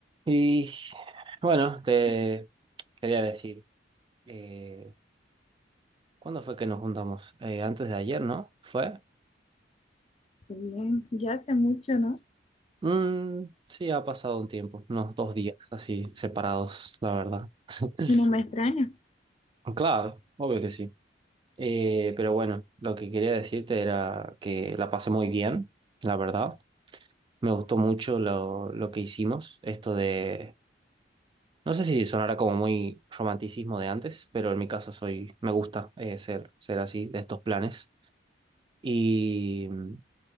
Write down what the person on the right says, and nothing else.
Y bueno, te quería decir, eh, ¿cuándo fue que nos juntamos? Eh, antes de ayer, ¿no? ¿Fue?
Mm, sí, ha pasado un tiempo, unos dos días así separados, la verdad. <laughs>
Claro, obvio que sí. Eh, pero bueno, lo que quería decirte era que la pasé muy bien, la verdad. Me gustó mucho lo, lo que hicimos, esto de, no sé si sonará como muy romanticismo de antes, pero en mi caso soy, me gusta eh, ser, ser así, de estos planes. Y mm,